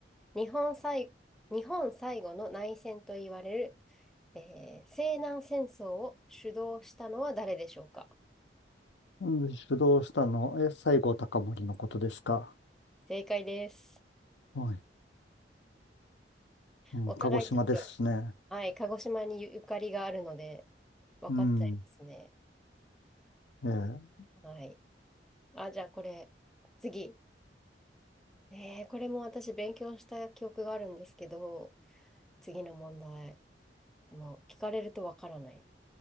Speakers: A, in the centre; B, on the left.
A: 日本最、日本最後の内戦と言われる、えー西南戦争を主導したのは誰でしょうか
B: うん主導したの、え、西郷隆盛のことですか。
A: 正解です。
B: はい。うん、
A: お互いちょっと、
B: 鹿児島ですしね。
A: はい、鹿児島にゆゆかりがあるので、分かっちゃいますね。
B: うん。ええ、
A: はい。あ、じゃあこれ、次。えー、これも私勉強した記憶があるんですけど、次の問題。もう聞かれるとわからない。